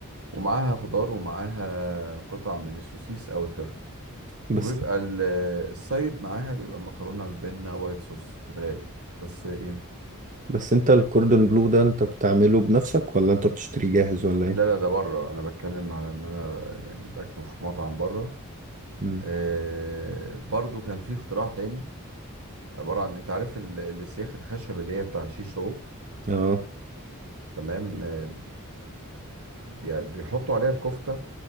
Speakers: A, on the right; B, on the right.
A: ومعاها خضار ومعاها قطع من السوسيس أو التركي
B: بس
A: وبيبقى ال- السايد معاها بيبقى مكرونة البنة وايت صوص في الغالب بس إيه
B: بس أنت الكوردون بلو ده أنت بتعمله بنفسك ولا أنت بتشتريه جاهز ولا إيه؟
A: لا لا ده بره أنا بتكلم على إن أنا يعني باكله في مطعم بره
B: مم.
A: آه برضو كان في اختراع تاني عبارة عن أنت عارف ال- السياخ الخشب اللي هي بتاع شيش طاووق
B: آه
A: تمام آه، بي- بيحطوا عليها الكفتة